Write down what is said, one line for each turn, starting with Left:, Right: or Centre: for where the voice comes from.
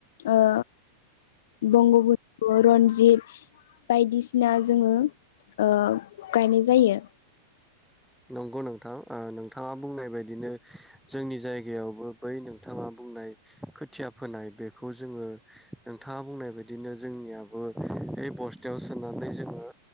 Left: ओ बंग <inaudible> रनजित बायदिसिना जोङो ओ गायनाय जायो।
Centre: नंगौ नोंथां। ओ नोंथाङा बुंनाय बायदिनो जोंनि जायगायावबो बै नोंथाङा बुंनाय खोथिया फोनाय बेखौ जोङो नोंथाङा बुंनाय बायदिनो जोंनियाबो ऐ बस्थायाव सोनानै जोङो